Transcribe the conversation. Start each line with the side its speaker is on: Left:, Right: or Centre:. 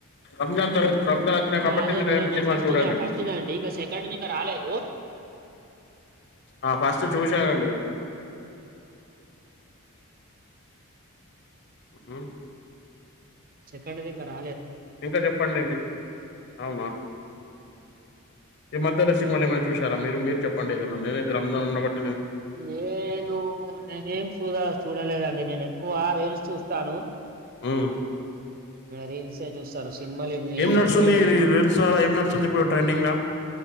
Left: రంజాన్ తర రంజాన్ చికప్పట్టింది
Right: ఆ అదే
Left: నేను
Right: దురంధర్
Left: సినిమాలు
Right: ఫస్ట్
Left: చూడానండి
Right: ది ఫస్ట్ ది అండి ఇంకా సెకండ్ ఇంకా రాలేదు
Left: ఆ ఫస్ట్ చూశానండి అ
Right: సెకండ్ దంకాల
Left: ఇంకా చెప్పం అండి అవునా ఏ మద్ద్యన ళ్ళ ఏమైనా చూరా మీ చెండి ఏదన్నాేతే రమ్న్నట్టి
Right: నేను నేనేం చూదా చూడలేదండి నేను ఎక్కువ రైలు చూస్తా చను
Left: మ్
Right: రీల్స్ చూస్తాను సినిమాలు
Left: ఏం
Right: ఈ
Left: నడుస్తుంది
Right: మధ్యలో ఏం
Left: రీల్స్ ద ఏం నడుస్తుంది ఇప్పుడు ట్రెండింగ్